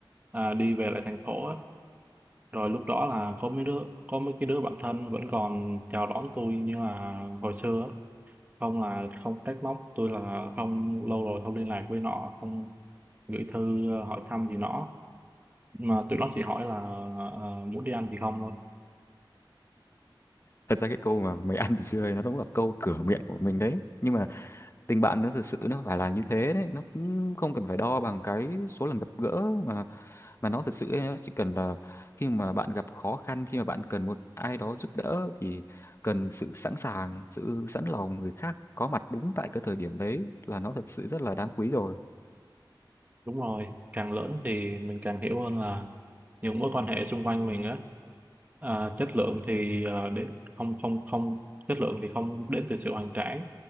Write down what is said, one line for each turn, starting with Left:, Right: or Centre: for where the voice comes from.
Right: à, đi về lại thành phố á rồi lúc đó là có mấy đứa có mấy cái đứa bạn thân vẫn còn chào đón tôi như là hồi xưa á. không là không trách móc tôi là không lâu rồi không liên lạc với nó không gửi thư ờ, hỏi thăm gì nó mà tụi nó chỉ hỏi là ờ, muốn đi ăn gì không thôi
Left: thật ra cái câu mà mày ăn thì chưa ấy, nó đúng là câu cửa miệng của mình đấy nhưng mà tình bạn nó thực sự nó phải là như thế đấy nó cũng không cần phải đo bằng cái số lần gặp gỡ mà mà nó thực sự ấy, nó chỉ cần là khi mà bạn gặp khó khăn khi mà bạn cần một ai đó giúp đỡ thì cần sự sẵn sàng sự sẵn lòng người khác có mặt đúng tại cái thời điểm đấy là nó thật sự rất là đáng quý rồi
Right: đúng rồi càng lớn thì mình càng hiểu hơn là những mối quan hệ xung quanh mình á à, chất lượng thì ờ, đến không không không chất lượng thì không đến từ sự hoành tráng